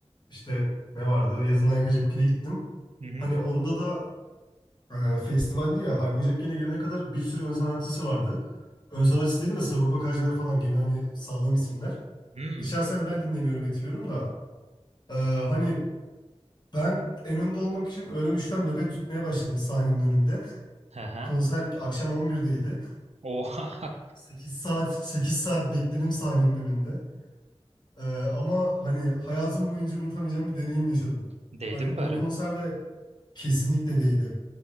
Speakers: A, on the left; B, on the right.
A: işte ne vardı? Yazın Hayko Cepkin'e gittim.
B: Hı hı.
A: Hani onda da e, festivaldi ya Hayko Cepkin'e gelene kadar bir sürü ön sanatçısı vardı. Ön sanatçı dedim de Sagopa Kajmer falan gene hani sağlam isimler.
B: Hmm.
A: E, şahsen ben dinlemiyorum etmiyorum da e, hani ben en önde olmak için öğlen 3'ten nöbet tutmaya başladım sahnenin önünde. <laughs>
B: Aha.
A: Konser akşam 11'deydi.
B: Oha.
A: 8 saat 8 saat bekledim sahnenin önünde. E, ama hani hayatım boyunca unutamayacağım bir deneyim yaşadım.
B: <laughs> Değdim
A: Hani onun
B: bari.
A: konserde Kesinlikle değdi.